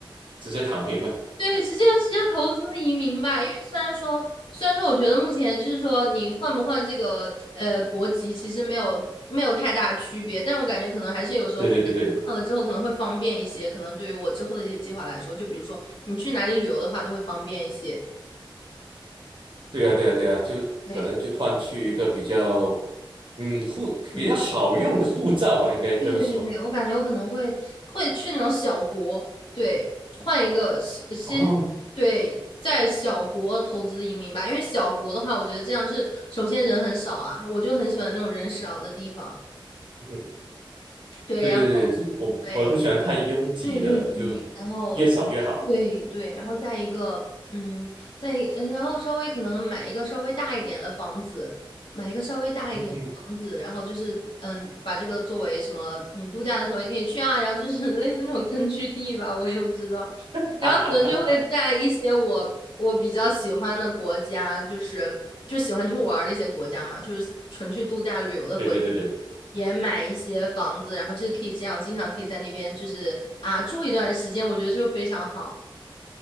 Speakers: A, on the right (about 65°); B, on the left (about 80°).
A: 直接躺平嘛，
B: 对，直接直接投资移民吧。因为虽然说，虽然说，我觉得目前就是说你换不换这个呃国籍，其实没有没有太大区别，但我感觉可能还是有时候
A: 对对对对。
B: 换了之后可能会方便一些。可能对于我之后的一些计划来说，就比如说你去哪里旅游的话，都会方便一些。
A: 对呀，对呀，对呀，就可能就换去一个比较，
B: 对，
A: 嗯，护比较好用的护照吧，
B: 对。
A: 应该这么说。
B: 对对对对，我感觉我可能会会去那种小国，对，换一个先先
A: 哦，
B: 对，在小国投资移民吧，因为小国的话，我觉得这样是首先人很少啊，我就很喜欢那种人少的地方，
A: <laughs> 嗯
B: 对，
A: 对对对，
B: 然后
A: 就我我不喜欢太拥挤的，
B: 对，对对对，
A: 就
B: 然后
A: 越少越好。
B: 对对，然后再一个，嗯，再一嗯，然后稍微可能买一个稍微大一点的房子，买一个稍微大一点的房子，
A: 嗯哼，
B: 然后就是嗯，把这个作为什么，嗯，度假的时候也可以去啊，然后就是 <laughs> 类似那种根据地吧，我也不知道。
A: <laughs>
B: 然后可能就会在一些我我比较喜欢的国家，
A: 哈哈哈哈，
B: 就是就喜欢去玩儿的一些国家嘛，就是纯去度假旅游的国家，
A: 对对对对，
B: 也买一些房子，然后就是可以这样，经常可以在那边就是啊住一段时间，我觉得就非常好。